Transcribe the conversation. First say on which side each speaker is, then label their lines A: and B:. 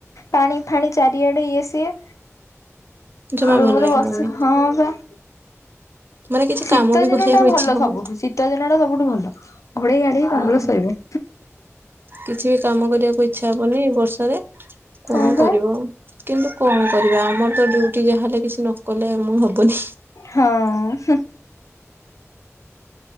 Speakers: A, on the left; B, on the right.
A: ପାଣି ଫାଣି ଚାରିଆଡେ ଇଏ ସିଏ।
B: ଜମା
A: ରୁମ୍
B: ଭଲ ଲାଗିବନି
A: ରେ ବସି ହଁ ବା
B: ମାନେ କିଛି
A: ଶୀତ
B: କାମ ବି
A: ଦିନ
B: କରିବାକୁ
A: ଟା ଭଲ
B: ଇଚ୍ଛା ହଉନି
A: ସବୁଠୁ, ଶୀତ ଦିନ ଟା ସବୁଠୁ ଭଲ। ଘୋଡେଇ ଘାଡେଇ କମ୍ବଳ
B: ହଁ
A: ଶୋଇବ।
B: କିଛି ବି କାମ କରିବାକୁ ଇଚ୍ଛା ହବନି ଏ ବର୍ଷାରେ କଣ
A: ହଁ ବା
B: କରିବ। କିନ୍ତୁ କଣ କରିବା ଆମର ତ ଡ୍ୟୁଟି ଯାହା ହେଲେ କିଛି ନ କଲେ ମୁଁ ହବନି।
A: ହଁ, ହୁଁ।